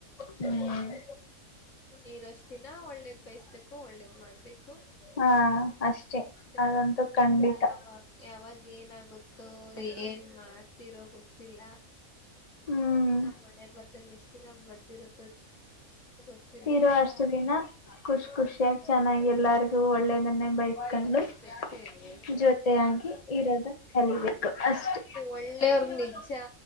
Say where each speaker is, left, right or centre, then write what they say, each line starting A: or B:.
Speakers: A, on the left (about 30°); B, on the left (about 60°).
A: ಹ್ಮ್
B: ಇರಸ್ಟ್ ದಿನ ಒಳ್ಳೇದ್ ಬಯಸ್ಬೇಕು ಒಳ್ಳೇದ್ ಮಾಡ್ಬೇಕು
A: ಹಾ ಅಷ್ಟೇ
B: ಅಷ್ಟೆ
A: <inaudible> ಅದಂತೂ ಖಂಡಿತ
B: ಯಾವಾಗ ಯಾವಾಗ ಏನಾಗುತ್ತೋ ಏನ್ ಮಾಡ್ತಿರೋ ಗೊತ್ತಿಲ್ಲ
A: ಹ್ಮ್
B: ನಮ್ಮ್ ಹಣೆ ಬರ್ದಲ್ಲಿ ಎಷ್ಟು ದಿನ ಬರ್ದಿರುತ್ತೋ ಗೊತ್ತಿಲ್ಲ
A: ಇರೋ ಅಷ್ಟ ದಿನ ಖುಷ ಖುಷಿಯಾಗಿ ಚೆನ್ನಾಗಿ ಎಲ್ಲರಿಗು ಒಳ್ಳೇದನ್ನೇ ಬಯಸ ಕಕೊಂಡು
B: ಬಯಸ್ಬೇಕು
A: <inaudible>
B: ಇರ್ಬೇಕು
A: ಜೊತೆಯಾಗಿ ಇರೋದನ್ನ ಕಲಿಬೇಕು ಅಷ್ಟೇ
B: ಒಳ್ಳೆವರ್ಗ ನಿಜ್ಜಾ